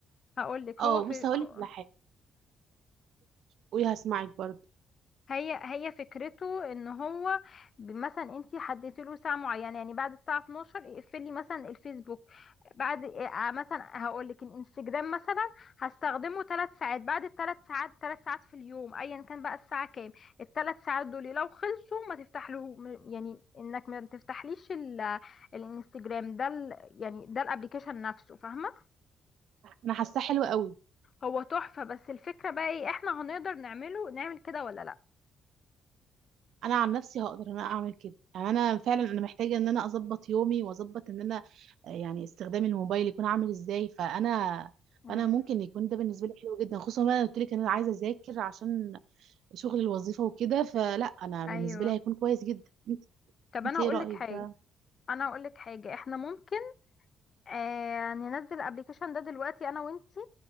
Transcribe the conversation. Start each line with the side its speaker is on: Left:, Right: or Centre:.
Left: هقولك
Right: اه
Left: هو في
Right: بص هقول
Left: هو...
Right: لك على حاجه قولي هسمعك برضه
Left: هي هي فكرته ان هو ب- مثلا انت حددت له ساعه معينه يعني بعد الساعه 12 اقفلي مثلا الفيسبوك بعد آه، مثلا هقول لك الانستجرام مثلا هستخدمه ثلاث ساعات بعد الثلاث ساعات ثلاث ساعات في اليوم ايا كان بقى الساعه كام الثلاث ساعات دول لو خلصوا ما تفتح له م- يعني انك ما تفتحليش ال- الانستجرام ده ال- يعني ده الابليكيشن نفسه فاهمه
Right: انا حاساه حلوه قوي
Left: هو تحفه بس الفكره بقى ايه احنا هنقدر نعمله نعمل كده ولا لا
Right: انا عن نفسي هقدر ان انا اعمل كده يعني انا فعلا انا محتاجه ان انا اظبط يومي واظبط ان انا آه، يعني استخدام الموبايل يكون عامل ازاي فانا
Left: امم
Right: فانا ممكن يكون ده بالنسبه لي حلو جدا خصوصا بقى انا قلت لك ان انا عايزه اذاكر عشان شغل الوظيفه وكده فلا انا
Left: ايوه
Right: بالنسبه لي هيكون كويس جدا انت
Left: طب
Right: انت
Left: انا
Right: ايه
Left: هقول
Right: رايك
Left: لك حاجه
Right: بقى
Left: انا هقول لك حاجه احنا ممكن آه ننزل الابليكيشن ده دلوقتي انا وانتي